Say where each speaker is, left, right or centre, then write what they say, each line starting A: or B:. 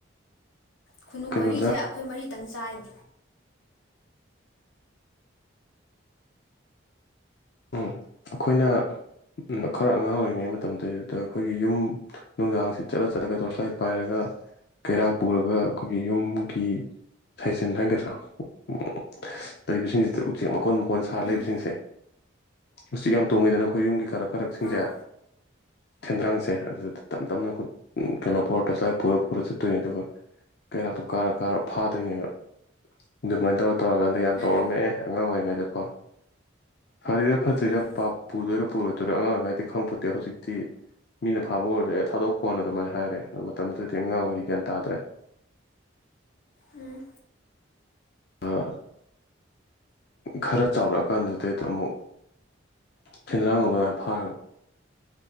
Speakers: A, on the left; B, on the left.
A: ꯈꯨꯟꯅꯨ
B: ꯀꯩꯅꯣꯗ
A: ꯃꯔꯤꯖꯦ ꯈꯣꯏ ꯃꯔꯤꯇꯪ ꯆꯥꯏꯅꯤ
B: ꯎꯝ ꯑꯩꯈꯣꯏꯅ ꯎꯝ ꯈꯔ ꯑꯉꯥꯡ ꯑꯣꯏꯔꯤꯉꯩ ꯃꯇꯝꯗꯨꯗꯩꯗꯨꯗ ꯑꯩꯈꯣꯏ ꯌꯨꯝ ꯅꯨꯡꯗꯥꯡꯁꯤ ꯆꯠꯂ ꯆꯠꯂꯒ ꯇꯣꯔꯁ ꯂꯥꯏꯠ ꯄꯥꯏꯔꯒ ꯀꯩꯔꯥꯛ ꯄꯨꯔꯒ ꯈꯣꯏꯒꯤ ꯌꯨꯝꯒꯤ ꯁꯥꯏꯖꯤꯟ ꯍꯥꯏꯒꯗ꯭ꯔꯥ ꯎꯝ ꯂꯩꯕꯁꯤꯡꯁꯤꯗ ꯎꯆꯦꯛ ꯃꯀꯣꯟ ꯃꯀꯣꯟ ꯁꯥꯔ ꯂꯩꯕꯁꯤꯡꯁꯦ
A: ꯎꯝ
B: ꯎꯆꯦꯛ ꯌꯥꯝ ꯇꯣꯡꯉꯤꯗꯅ ꯑꯩꯈꯣꯏ ꯌꯨꯝꯒꯤ ꯀꯔꯛ ꯀꯔꯛꯁꯤꯡꯖꯦ
A: ꯎꯝ
B: ꯁꯦꯟꯗ꯭ꯔꯥꯡꯁꯦ ꯑꯗꯨꯗ ꯇꯞ ꯇꯞꯅ ꯈꯨꯠ ꯀꯩꯅꯣ ꯄꯣꯔꯥ ꯇꯣꯔꯆ ꯂꯥꯏꯠ ꯄꯨꯔ ꯄꯨꯔ ꯆꯠꯇꯣꯏꯅꯦ ꯑꯗꯨꯒ ꯀꯩꯔꯥꯛꯇꯣ ꯀꯥꯔ ꯀꯥꯔ ꯐꯥꯗꯣꯏꯅꯦꯕ ꯑꯗꯨꯃꯥꯏꯅ ꯇꯧꯔ ꯇꯧꯔꯀꯥꯟꯗ ꯌꯥꯝ
A: ꯎꯝ
B: ꯇꯧꯔꯝꯃꯦ ꯑꯉꯥꯡ ꯑꯣꯏꯔꯤꯉꯩꯗꯀꯣ ꯐꯔꯤꯔꯥ ꯐꯠꯇꯔ꯭ꯤꯔꯥ
A: ꯎꯝ
B: ꯄꯨꯗꯣꯏꯔꯥ ꯄꯨꯔꯣꯏꯗꯣꯏꯔꯣ ꯑꯉꯥꯡ ꯑꯣꯏꯔꯤꯉꯩꯗꯩ ꯈꯪꯄꯣꯟꯇꯦ ꯍꯧꯖꯤꯛꯇꯤ ꯃꯤꯅ ꯐꯥꯕ ꯑꯣꯏꯔꯖꯨ ꯑꯦ ꯊꯥꯗꯣꯛꯈꯣꯅ ꯑꯗꯨꯃꯥꯏꯅ ꯍꯥꯏꯔꯦ ꯑꯣ ꯃꯇꯝꯗꯨꯗꯤ ꯑꯉꯥꯡ ꯑꯣꯏꯔꯤ ꯒ꯭ꯌꯥꯟ ꯇꯥꯗ꯭ꯔꯦ
A: ꯎꯝ
B: ꯑꯥ ꯈꯔ ꯆꯥꯎꯔꯛꯑꯀꯥꯟꯗꯨꯗꯩꯗ ꯑꯃꯨꯛ ꯁꯦꯟꯗꯔ꯭ꯥꯡ ꯒꯨꯝꯕ ꯗꯨꯃꯥꯏꯅ ꯐꯥꯔꯒ